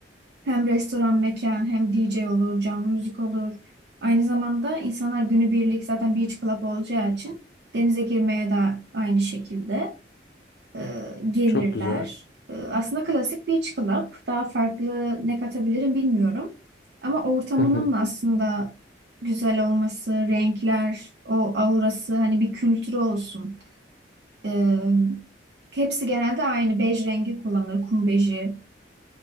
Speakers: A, on the right; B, on the left.
A: hem restoran, mekan, hem D J olur, canlı müzik olur. Aynı zamanda insanlar günübirlik zaten beach club olacağı için denize girmeye de aynı şekilde e, gelirler.
B: Çok güzel.
A: E, aslında klasik beach club. Daha farklı ne katabilirim bilmiyorum. Ama ortamının
B: Hı hı.
A: aslında güzel olması, renkler, o aurası, hani bir kültürü olsun. E, hepsi genelde aynı bej rengi kullanılır, kum beji.